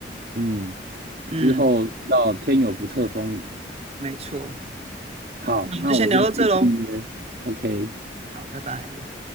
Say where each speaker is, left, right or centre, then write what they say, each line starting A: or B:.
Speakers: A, on the right; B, on the right.
A: 嗯
B: 嗯，
A: 之后要天有不测风云。
B: 没错。
A: 好，
B: 那我们就先聊到这喽，
A: 那我先去预约，OK。
B: 好，拜拜。